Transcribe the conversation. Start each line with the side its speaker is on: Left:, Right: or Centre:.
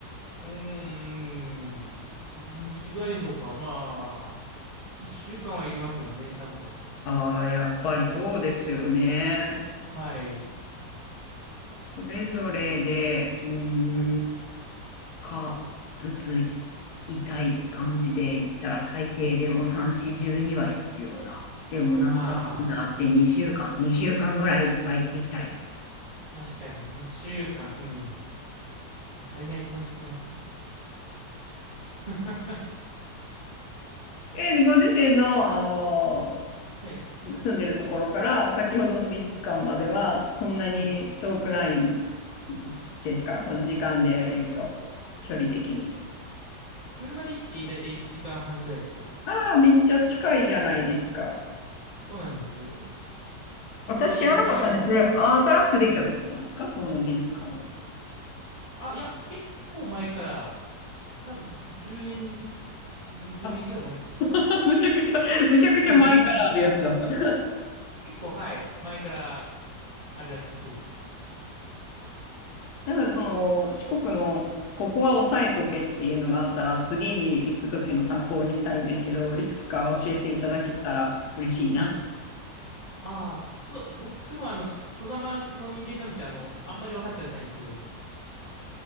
Right: うーん、何日ぐらいでしょうか。まあ、一週間はいりますよね、多分。
Left: ああ、やっぱりそうですよね。
Right: はい。
Left: それぞれで、うーん、
Right: はい。
Left: か、ずつ痛い感じで言ったら最低でも3、4、12は必要だ。でもなんかなんだあって2週間、
Right: ああ、
Left: 2週間ぐらいは行ってきたい。
Right: 確かに2週間、うん。足りない気もしてきますね。<laughs>
Left: えー、ご自身の、あの、
Right: はい。
Left: 住んでるところから先ほどの美術館まではそんなに遠くないん
Right: はい。
Left: ですかその時間で言うと、距離的に。
Right: 車で行ってだいたい1時間半ぐらいとかです。
Left: ああ、めっちゃ近いじゃないですか。
Right: そうなんですよ。
Left: 私知らなかったんです。
Right: 全然日帰りで。
Left: それ、あ新しくできたところなんですかその美術館は。
Right: はい。あ、いや、結構前から、多分10年、20年ぐらい前かな。
Left: あ、<laughs> むちゃくちゃ、むちゃくちゃ前からあるやつだった。
Right: <laughs>
Left: <laughs>
Right: 結構、はい。前からあるらしいです。
Left: なんかその、四国の、ここは押さえとけっていうのがあったら、次に行くときの参考にしたいんですけど、いくつか教えていただけたら嬉しいな。
Right: はい。ああ、ちょっと僕もあの、し外様の人間なので、あの、あんまり分かってないんですけど、